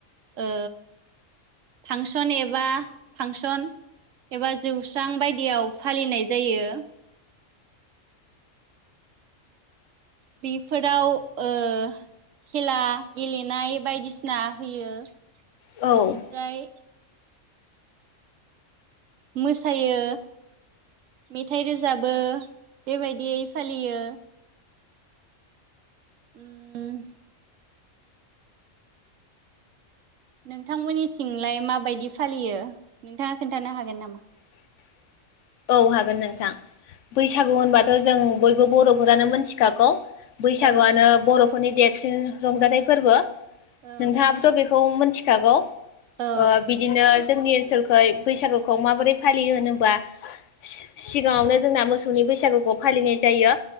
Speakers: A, on the right; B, on the left.
A: ओ फांसन एबा फांसन एबा जौस्रां बायदियाव फालिनाय जायो। बेफोराव ओ खेला गेलेनाय बायदिसिना होयो
B: औ
A: बेनिफ्राय मोसायो मेथाइ रोजाबो बेबायदियै फालियो। उम नोंथांमोननिथिंलाय माबायदि फालियो नोंथाङा खोन्थानो हागोन नामा
B: <unintelligible> औ हागोन नोंथां बैसागु होनबाथ' जों बयबो बर'फोरानो मोनथिखागौ बैसागुवानो
A: औ
B: बर'फोरनि देरसिन रंजाथाइ फोरबो
A: औ
B: नोंथाङाबोथ' बेखौ मिथिखागौ ओ
A: औ
B: बिदिनो जोंनि ओनसोलखै बैसागुखौ माबोरै फालियो होनोबा सिगाङावनो जोंना मोसौनि बैसागुखौ फालिनाय जायो